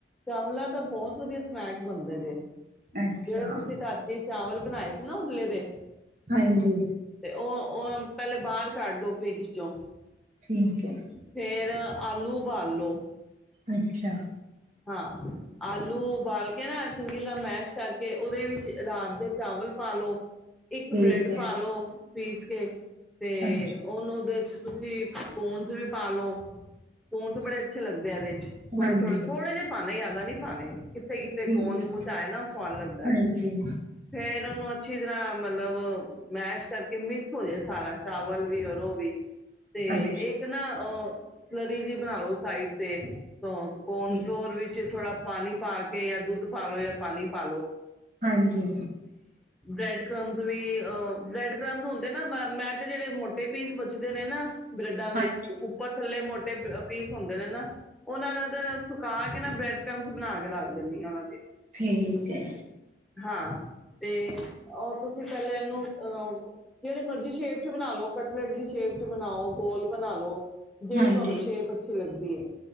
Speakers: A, in the centre; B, on the right.
A: ਚਾਵਲਾਂ ਦਾ ਬਹੁਤ ਵਧੀਆ ਸਨੈਕ ਬਣਦੇ ਜੇ।
B: ਅੱਛਾ
A: ਜਿਹੜੇ ਤੁਸੀ ਰਾਤੀ ਚਾਵਲ ਬਣਾਏ ਸੀ ਨਾ ਉਬਲੇ ਦੇ।
B: ਹਾਂਜੀ।
A: ਤੇ ਉਹ ਉਹ ਪਹਿਲੇ ਬਾਹਰ ਕੱਢ ਲੋ ਫਰਿਜ ਚੋਂ।
B: ਠੀਕ ਹੈ।
A: ਫਿਰ ਆਲੂ ਉਬਾਲ ਲਓ।
B: ਅੱਛਾ।
A: ਹਾਂ ਆਲੂ ਉਬਾਲ ਕੇ ਨਾ ਚੰਗੀ ਤਰ੍ਹਾਂ ਮੈਸ਼ ਕਰਕੇ ਉਹਦੇ ਵਿੱਚ ਰਾਤ ਦੇ ਚਾਵਲ ਪਾ ਲਓ। ਇੱਕ
B: ਠੀਕ
A: ਬ੍ਰੈਡ
B: ਹੈ।
A: ਪਾ ਲੋ। ਪੀਸ ਕੇ। ਤੇ
B: ਅੱਛਾ,
A: ਉਹਨੂੰ ਉਹਦੇ ਚ ਤੁਸੀ ਕੋਨਸ ਵੀ ਪਾਾਲੋ। ਕੋਨਸ ਬੜੇ ਅੱਛੇ ਲੱਗਦੇ ਆ ਇਹਦੇ ਚ। ਥੋੜੇ
B: ਹਾਂਜੀ
A: ਥੋੜੇ ਥੋੜੇ ਜੇ ਪਾਉਣੇ ਆ। ਦਾ ਨਹੀ ਪਾਣੇ। ਕਿੱਤੇ ਕਿਤੇ
B: ਠੀਕ
A: ਕੌਣ
B: ਹੈ।
A: ਮੂੰਹ ਚ ਆਏ ਨਾ ਸੁਆਦ ਲਗਦਾ
B: ਹਾਂਜੀ
A: ਐ। ਫੇਰ ਫੇਰ ਉਹਨੂੰ ਅੱਛੀ ਤਰ੍ਹਾਂ ਮਤਲਬ ਮੈਸ਼ ਕਰਕੇ ਮਿਕਸ ਹੋ ਜਾਏ ਸਾਰਾ ਚਾਵਲ ਵੀ ਔਰ ਉਹ ਵੀ। ਤੇ
B: ਅੱਛਾ।
A: ਇੱਕ ਨਾ ਅਓ ਸਲਰੀ ਜੀ ਬਣਾਲੋ ਸਾਈਡ ਤੇ। ਕੋਨ
B: ਠੀਕ।
A: ਫਲੋਰ ਵਿੱਚ ਥੋੜਾ ਪਾਣੀ ਪਾ ਕੇ ਜਾਂ ਦੁੱਧ ਪਾ ਲੋੋ ਜਾਂ ਪਾਣੀ ਪਾ ਲ ਲੋ
B: ਹਾਂਜੀ
A: ਬ੍ਰੈਡ ਕ੍ਰਮਜ਼ ਵੀ ਬ੍ਰੈਡ ਕ੍ਰਮ ਹੁੰਦੇ ਨਾ ਮੈਂ ਤੇ ਜਿਹੜੇ ਮੋਟੇ ਪੀਸ ਬਚਦੇ ਨੇ ਨਾ ਬ੍ਰੈਡਾਂ ਦੇ
B: ਹਾਂਜੀ।
A: ਉੱਪਰ ਥੱਲੇ ਮੋ ਪੀਸ ਹੁੰਦੇ ਨੇ ਨਾ ਉਹਨਾਂ ਦਾ ਸੁਕਾ ਬ੍ਰੈਡ ਕ੍ਰਮਸ ਬਣਾ ਕੇ ਲੱਗ ਦਦੀ ਆ ਉਹਨਾਂ ਦੇ
B: ਠੀਕ ਹੈ
A: ਹਾਂ ਤੇ ਉਹ ਤੁਸੀਂ ਪਹਿਲੇ ਇਹਨੂੰ ਅਹ ਜਿਹੜੇ ਮਰਜ਼ੀ ਸ਼ੇਪ ਚ ਬਣਾ ਲੋ ਕਟਲੇਟ ਦੀ ਸ਼ੇਪ ਚ ਬਣਾਓ ਗੋਲ ਬਣਾ ਲਓ ਜਿਹੜੀ
B: ਹਾਂਜੀ
A: ਤੁਹਾਨੂੰ ਛੇ ਅੱਛੀ ਲੱਗਦੀ